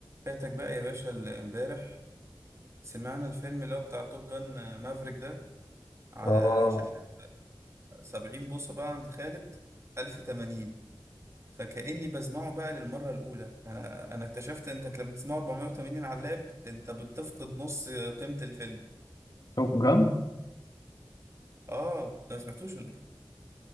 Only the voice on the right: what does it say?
فاتك بقى يا باشا ال- امبارح سمعنا الفيلم اللي هو بتاع توب جان آه، مافريك ده على
شاشة 70 بوصة بقى عند خالد 1080 فكأني بسمعه بقى للمرة الأولى أنا أنا اكتشفت إنك لما تسمعه 480 على اللاب أنت بتفقد نص قيمة الفيلم
آه أنت ما سمعتوش ولا إيه؟